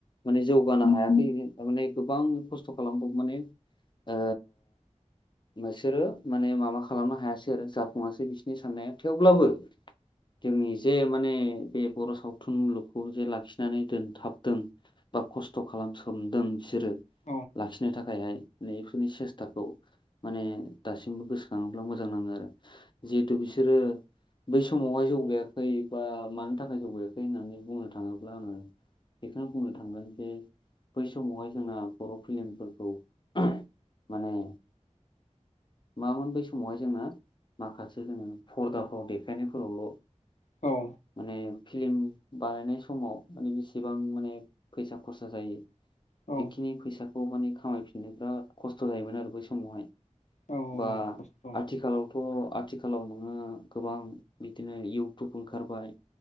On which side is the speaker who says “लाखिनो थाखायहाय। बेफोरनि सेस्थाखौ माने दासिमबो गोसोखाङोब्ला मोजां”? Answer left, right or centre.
Left